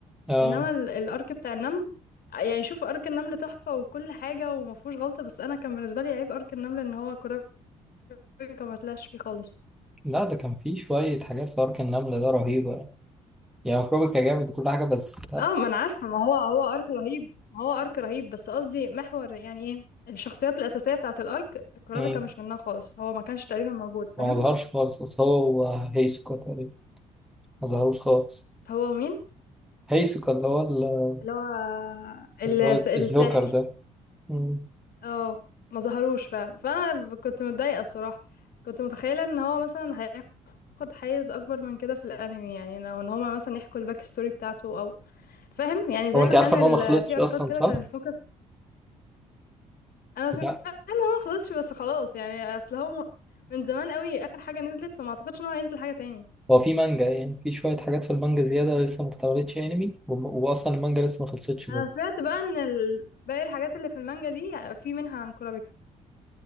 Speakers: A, in the centre; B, on the left.
A: آه
B: انما ال- الارك بتاع النمل يعني شوف ارك النمل تحفه وكل حاجه وما فيهوش غلطه بس انا كان بالنسبه لي عيب ارك النمل ان هو كرابكه ما طلعش فيه خالص
A: لا ده كان فيه شوية حاجات في أرك النملة ده رهيبة يعني يعني كروبيكا جامد وكل حاجة بس لا
B: اه ما انا عارفه ما هو هو ارك رهيب ما هو ارك رهيب بس قصدي محور يعني ايه الشخصيات الاساسيه بتاعه الارك كرابكه
A: مم.
B: مش منها خالص هو ما كانش تقريبا موجود فاهم
A: هو ما ظهرش خالص بس هو هيسوكا تقريبا ما ظهروش خالص
B: هو مين
A: هيسوكا اللي هو ال-
B: اللي هو الس-
A: اللي هو
B: الساحر
A: الجوكر ده مم.
B: اه ما ظهروش فعلا فانا كنت متضايقه الصراحه كنت متخيله ان هو مثلا هياخد حيز اكبر من كده في الانمي يعني او ان هما مثلا يحكوا الباك ستوري بتاعته او فاهم يعني زي
A: هو انت
B: ما
A: عارفه
B: كان
A: ان
B: ال...
A: هو ما خلصش
B: في اركات
A: اصلا
B: كده
A: صح
B: كان الفوكس انا سمعت
A: لا
B: ان هو ما خلصش بس خلاص يعني اصل هو م- من زمان قوي اخر حاجه نزلت فما اعتقدش ان هو هينزل حاجه تاني
A: هو في مانجا يعني في شويه حاجات في المانجا زياده لسه ما اتعملتش انمي وم- واصلا المانجا لسه ما خلصتش برضه
B: انا سمعت بقى ان ال... باقي الحاجات اللي في المانجا دي في منها عن كورابيكا